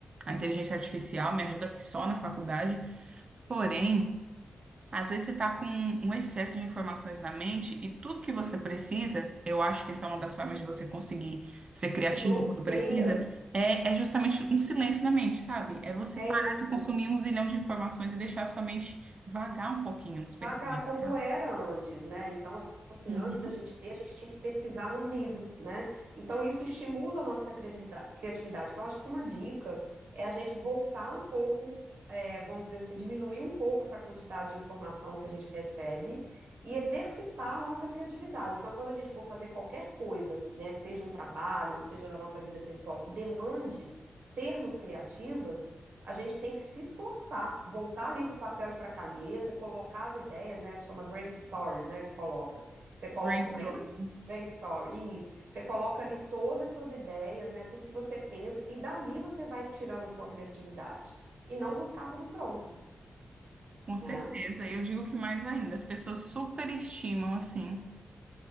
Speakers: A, on the right; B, on the right.
A: a inteligência artificial, me ajuda aqui só na faculdade. Porém, às vezes você está com um excesso de informações na mente e tudo que você precisa, eu acho que essa é uma das formas de você conseguir ser criativo
B: Te bloqueia.
A: quando precisa, é, é justamente um silêncio na mente, sabe? É você
B: É
A: parar
B: isso.
A: de consumir um zilhão de informações e deixar a sua mente vagar um pouquinho nos pensamentos,
B: pagar como
A: sabe?
B: era antes, né? Então, assim,
A: Uhum.
B: antes da gente ter, a gente tinha que pesquisar nos livros, né? Então, isso estimula a nossa criativida- criatividade. Então, acho que uma dica é a gente voltar um pouco, é, vamos dizer assim, diminuir um pouco essa quantidade de informação que a gente recebe e exercitar a nossa criatividade. Então, quando a gente for fazer qualquer coisa, né, seja um trabalho, seja na nossa vida pessoal, que demande sermos criativas, a gente tem que se esforçar, voltar ali para o papel e para a caneta, colocar as ideias, né? Chama brain story, né? Que coloca. Você coloca,
A: Brainstorming.
B: não é isso? Brain story, isso. Você coloca ali todas as suas ideias, né? Tudo que você pensa, e dali você vai tirando a sua criatividade. E não buscar tudo pronto,
A: Com certeza.
B: né?
A: Eu digo que mais ainda, as pessoas superestimam, assim,